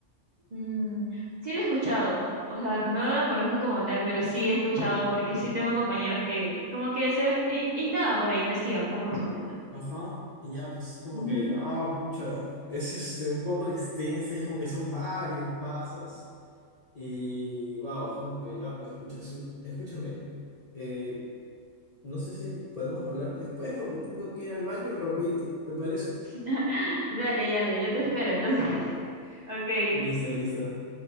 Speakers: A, on the right; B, on the left.
A: Mm, sí lo he escuchado. O sea, no la conozco como tal, pero sí he escuchado porque sí tengo compañeros que como que se in- indagan por ahí, investigan, ¿no? Por su cuenta.
B: Ajá. Y ya, pues como
A: Ujú.
B: que, ah, pucha, es este, un poco extensa, es como que son varios pasos. Y wow, es como que ya, pues pucha, sí. Escúchame, eh, no sé si podemos hablar después porque tengo que ir al baño, rapidito, ¿te parece?
A: <laughs> Dale, dale, yo te espero. Entonces, <laughs> ok,
B: Listo, listo.